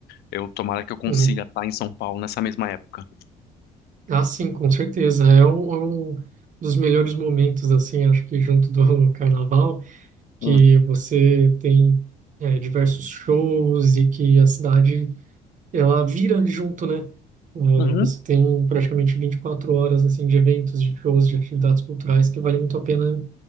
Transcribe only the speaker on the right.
uhum.
Ah, sim, com certeza. É um, é um dos melhores momentos, assim, acho que junto do <laughs> carnaval, que
você tem é, diversos shows e que a cidade, ela vira junto, né? É,
você tem praticamente 24 horas, assim, de eventos, de shows, de atividades culturais que vale muito a pena